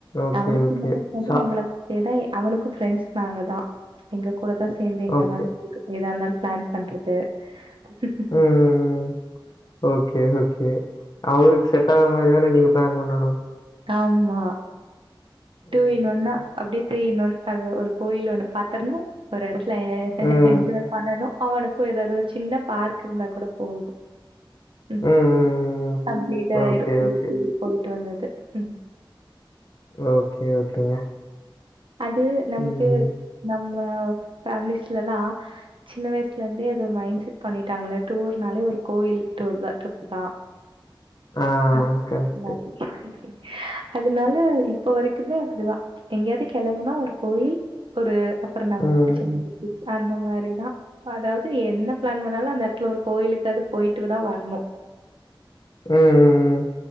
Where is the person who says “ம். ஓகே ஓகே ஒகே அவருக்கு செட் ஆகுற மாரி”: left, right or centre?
Left